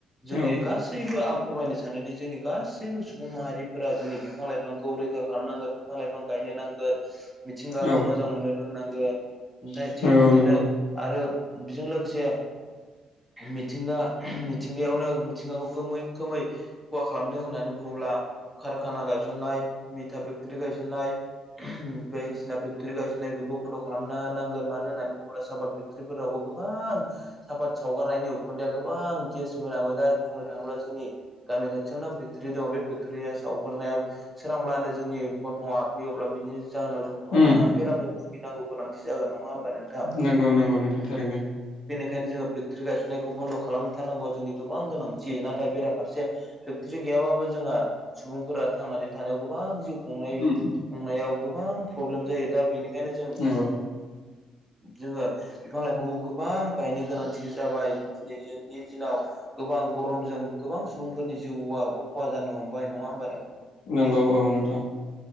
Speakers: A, in the centre; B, on the left (about 85°).
A: जोंनि
B: औ
A: गासैबो आब फोरमायनो सानोदि जोंनि गासैबो सुबुं माहारिफोरा जोंनि बिफां लाइफांखौ रैखा खालामनांगोन बिफां लाइफां गाय नांगोन मिथिंगाखौ
B: औ
A: मोजां मोननो रोंनांगोन ओमफ्राय
B: औ
A: थिग बिदिनो
B: नंगौ
A: आरो बिजों लोगोसे मिथिंगा मिथिंगायावनो मिथिंगाखौ गोमै खोमै ख'हा खालामदों होननानै बुङो होनब्ला कारखाना गायसननाय मिथा फेक्टरि गायसननाय बायदिसिना फेक्टरि गायसननाय बेफोरखौ बन्द' खालामनो नांगोन मानो होननानै बु ब्ला सापात फेक्ट्रिफोरावबो गोबां सापात सावगारनायनि उखुन्दैया गोबां गेस मोनामो दा बुंनो थाङोब्ला जोंनि गामि खाथियावनो फेक्टरि दङ' बे फेक्ट'रिया सावगारनाया सोरांब्लानो जोंनि गनथ'ङाव हाबफैयो अब्ला बिनि जाहोनाव जों गोबां
B: उम
A: बेरामजों भुगिनांगौ गोनांथि जागोन नङा होमबा नों
B: नोंगौ नोंगौ नोंथां थारैनो
A: बेनिखायनो जो फेकटरि गायसननायखौ बन्द' खालामथारनांगौ जोंनि गोबां गोनांथि नाथाय बेराफारसे फेक्टरि गै गैयाबाबो जोंहा सुबुंफोरा थांनानै थानायाव गोबां जिउ खुंनायाव
B: उम
A: गोबां प्रब्लेम जायो दा बेनि बेंखायनो जों
B: नंगौ
A: जोङो बिफां-लाइफांखौ गोबां गायनो गोनांथि जाबाय दिनैनि दिनाव गोबां गरमजों गोबां सुबुंफोरनि जिउआबो ख'हा जानो हमबाय नङाहोम
B: नंगौ औ नोंथां